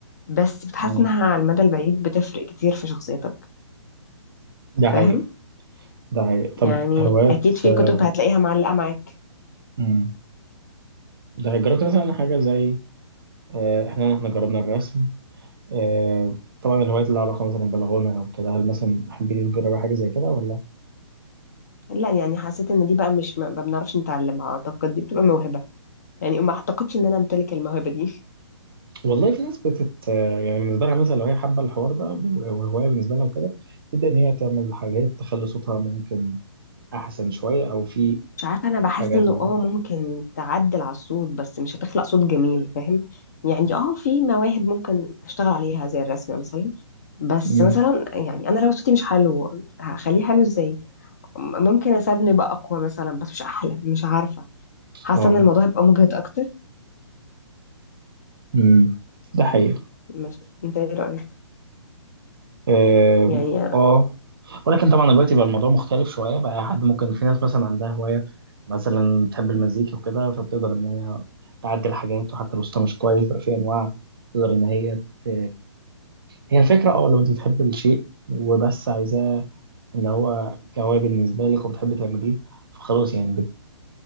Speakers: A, on the left; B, on the right.
A: بس بتحس
B: مم.
A: إنها على المدى البعيد بتفرق كتير في شخصيتك
B: ده
A: فاهم
B: حقيقي ده حقيقي طب
A: يعني
B: هوايات
A: أكيد في
B: آه،
A: كتب هتلاقيها معلقة معاك
B: مم. ده جربت مثلا حاجة زي آه، احنا احنا جربنا الرسم آه، طبعا الهوايات اللي لها علاقة مثلا بالغنى او كده هل مثلا حبيتي تجربي حاجة زي كده ولا
A: لا يعني حسيت إن دي بقى مش ما ما بنعرفش نتعلمها أعتقد دي بتبقى موهبة يعني ما أعتقدش إن أنا أمتلك الموهبة دي
B: والله في ناس بتت آه، يعني بالنسبة لها مثلا لو هي حابة الحوار ده وهواية بالنسبة لها وكده تبدأ ان هي تعمل حاجات تخلي صوتها ممكن احسن شوية او في
A: مش عارفة أنا بحس
B: حاجات
A: إنه
B: اه
A: آه ممكن تعدل على الصوت بس مش هتخلق صوت جميل فاهم يعني آه في مواهب ممكن أشتغل عليها زي الرسم مثلا بس
B: مم.
A: مثلا يعني أنا لو صوتي مش حلو هخليه حلو إزاي م- ممكن أساعدني يبقى أقوى مثلا بس مش أحلى مش عارفة حاسة
B: آه.
A: إن الموضوع هيبقى مجهد أكتر
B: مم. ده حقيقي
A: مش أنت إيه رأيك
B: اه
A: يعني
B: آه. ولكن طبعا دلوقتي بقى الموضوع مختلف شويه بقى حد ممكن في ناس مثلا عندها هوايه مثلا تحب المزيكا وكده فبتقدر ان هي تعدل حاجات وحتى لو صوتها مش كويس بقى في انواع تقدر ان هي ت... هي الفكره اه لو انت بتحب الشيء وبس عايزاه ان هو كهوايه بالنسبه لك وبتحبي تعمليه فخلاص يعني بت...